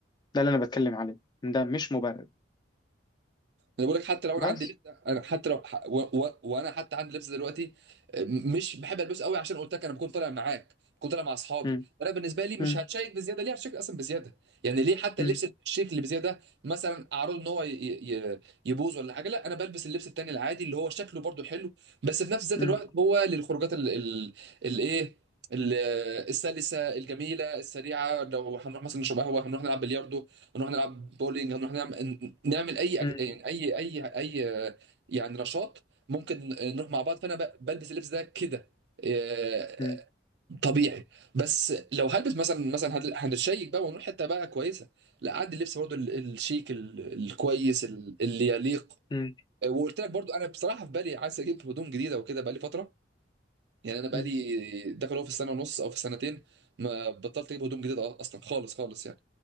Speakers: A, on the left; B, on the right.
A: ده اللي انا بتكلم عليه ده مش مبرر
B: انا بقول لك حتى لو
A: بس
B: انا عندي لبسه انا حتى لو ح- و... و... وانا حتى عندي لبسه دلوقتي م- مش بحب البسه قوي عشان قلت لك انا بكون طالع معاك بكون طالع مع اصحابي
A: مم.
B: انا بالنسبه لي مش
A: مم.
B: هتشيك بزياده ليه هتشيك اصلا بزياده يعني ليه حتى
A: مم.
B: اللبس الشيك اللي بزياده مثلا اعرضه ان هو ي... ي... يبوظ ولا حاجه لا انا بلبس اللبس التاني العادي اللي هو شكله برضو حلو بس في نفس ذات
A: مم.
B: الوقت هو للخروجات ال... ال... الايه ال- السلسه الجميله السريعه لو هنروح مثلا نشرب قهوه هنروح نلعب بلياردو نروح نلعب بولينج نروح نعمل نعمل اي
A: مم.
B: أك- يعني اي اي اي يعني نشاط ممكن نروح مع بعض فانا ب- بلبس اللبس ده كده آه،
A: مم.
B: طبيعي بس لو هلبس مثلا مثلا هن- هنتشيك بقى ونروح حته بقى كويسه لا عاد اللبس برضو ال- الشيك ال- الكويس ال- اللي يليق
A: مم.
B: وقلت لك برضو انا بصراحه في بالي عايز اجيب هدوم جديده وكده بقى لي فتره يعني انا بقى
A: مم.
B: لي داخل هو في السنه ونص او في السنتين ما بطلت اجيب هدوم جديده اصلا خالص خالص يعني